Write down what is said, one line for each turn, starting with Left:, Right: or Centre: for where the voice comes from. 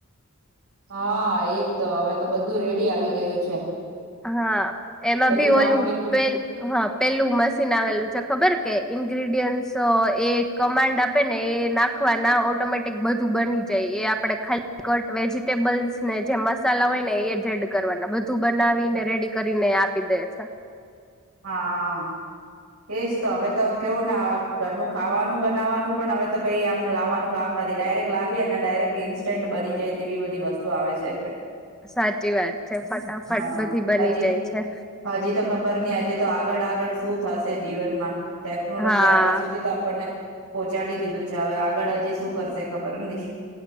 Right: હા એજ તો હવે તો બધું રેડી આવી ગયું છે.
Centre: હા એમાં
Right: બધું
Centre: ભી
Right: કામ
Centre: ઓલું
Right: કેટલું
Centre: પ હા પેલું મશીન આવેલું છે ખબર કે ઇન્ગ્રીડિયન્ટ તો એ કમાન્ડ આપે ને એ નાખવાના ઓટોમેટિક બધું બની જાય એ આપડે ખાલી કટ વેજીિટેબલ્સ ને જે મસાલા હોય ને એ જ એડ કરવાના બધું બ બનાવીને રેડી કરીને આપી દે છે.
Right: હા. એજ તો હવે તો કેવું ને ઘરનું ખાવાનું બનાવવાનું પણ હવે તો કઈ આમ લાવવાનું કામ નથી ડાયરેક્ટ લાવીએ અનેને ડાયરેક્ટ ઈન્સ્ટન્ટ બની જાય તેવી બધી વસ્તુ આવે છે.
Centre: સાચી વાત છે ફટાફટ
Right: હા,
Centre: બધી બની
Right: હજી
Centre: જાય છે
Right: હજી તો ખબર નહ હજી તો આગળ આગળ શું થશે જીવનમા. ટેકનોલોજી
Centre: હા
Right: આટલા સુધી તો આપણને પોહોંચાડી દીધું છે હવે આગળ હજી શું કરશે ખબર નહી.